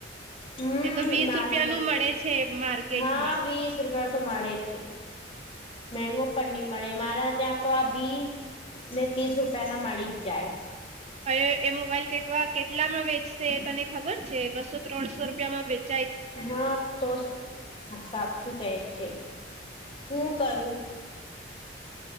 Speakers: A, on the left; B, on the right.
A: હમ
B: એ તો વીસ
A: નાલો
B: રૂપિયા નું મળે
A: તો
B: છે માર્કેટમાં
A: હા વીસ રૂપિયા તો મળે છે પણ નહી મળે મારા તો આ બીસ ને ત્રીસ રૂપિયાના મળી જ જાય
B: હવે એ મોબાઈલ કેટલામાં વેચશે એ તને ખબર છે બસો ત્રણસો રૂપિયામાં વેચશે
A: હા તો સાચું કેહે છે હું કરું?